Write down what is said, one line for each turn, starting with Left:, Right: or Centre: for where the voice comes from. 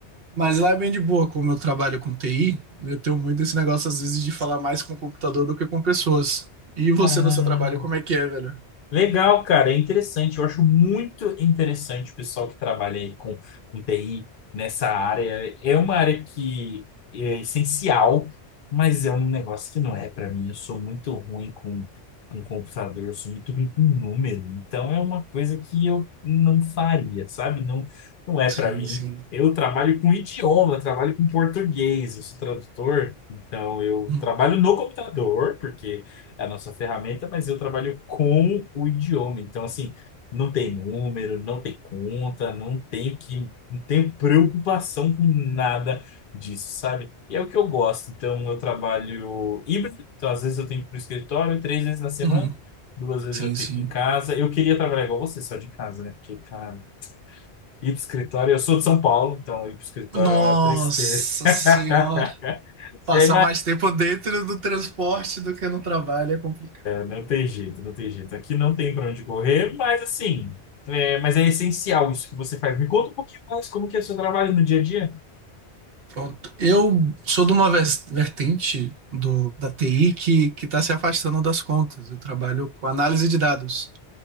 Right: mas lá é bem de boa, como eu trabalho com TI, eu tenho muito esse negócio, às vezes, de falar mais com o computador do que com pessoas. E você
Left: Ah.
Right: no seu trabalho, como é que é, velho?
Left: Legal, cara, é interessante. Eu acho muito interessante o pessoal que trabalha aí com, com TI nessa área. É uma área que é essencial, mas é um negócio que não é para mim. Eu sou muito ruim com, com computador, eu sou muito ruim com número. Então é uma coisa que eu não faria, sabe? Não, não é
Right: Sim,
Left: para mim.
Right: sim.
Left: Eu trabalho com idioma, eu trabalho com português, eu sou tradutor, então eu
Right: Uhum.
Left: trabalho no computador, porque é a nossa ferramenta, mas eu trabalho com o idioma. Então, assim, não tem número, não tem conta, não tenho que, não tenho preocupação com nada disso, sabe? E é o que eu gosto. Então, eu trabalho híbrido, então às vezes eu tenho que ir para o escritório três vezes na semana,
Right: Uhum.
Left: duas vezes
Right: Sim,
Left: eu fico
Right: sim.
Left: em casa. Eu queria trabalhar igual você, só de casa, né? Porque, cara, ir para o escritório, eu sou de São Paulo, então ir para o escritório
Right: Nossa
Left: é uma tristeza. <laughs>
Right: senhora. Passar
Left: Já
Right: mais tempo dentro do transporte do que no trabalho é complicado.
Left: Não tem jeito, não tem jeito. Aqui não tem para onde correr, mas assim, é, mas é essencial isso que você faz. Me conta um pouquinho mais como que é o seu trabalho no dia a dia.
Right: Pronto. Eu sou de uma vers- vertente do, da TI que que está se afastando das contas. Eu trabalho com análise de dados.